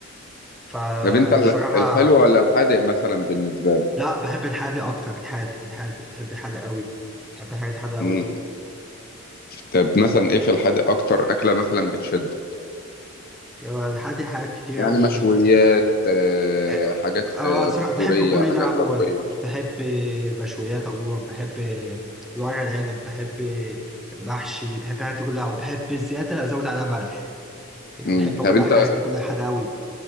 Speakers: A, in the centre; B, on the left.
A: فالصراحه
B: طب انت ال- الحلو ولا الحادق مثلا بالنسبه لك
A: لا بحب الحادق اكتر الحادق الحادق بحب الحادق قوي بحب الحاجات الحادقه قوي
B: مم. طب مثلا ايه في الحادق اكتر اكله مثلا بتشد
A: هو الحادق حاجات كتير
B: يعني
A: قوي
B: مشويات آه،
A: اه
B: حاجات
A: آه،
B: آه،
A: صراحة
B: سوريه
A: بحب كل
B: حاجات
A: ده عموما
B: غربيه
A: بحب مشويات عموما بحب ورق العنب بحب محشي بحب الحاجات دي كلها وبحب الزيادة ازود عليها ملح يعني
B: مم.
A: بحب
B: طب
A: كل
B: انت
A: الحاجات دي كلها حادقه قوي